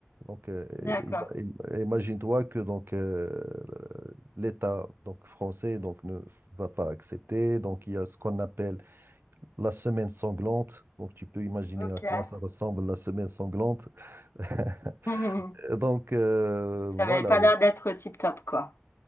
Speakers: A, on the right (about 60°); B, on the left (about 80°).
A: Donc, euh,
B: D'accord,
A: ima- im- imagine-toi que donc euh, l'État donc français donc ne va pas accepter. Donc, il y a ce qu'on appelle la semaine sanglante. Donc, tu peux imaginer
B: ok.
A: à quoi ça ressemble la semaine sanglante. <laughs>
B: <laughs>
A: Donc, euh,
B: Ça
A: voilà.
B: n'avait pas l'air d'être tip-top, quoi.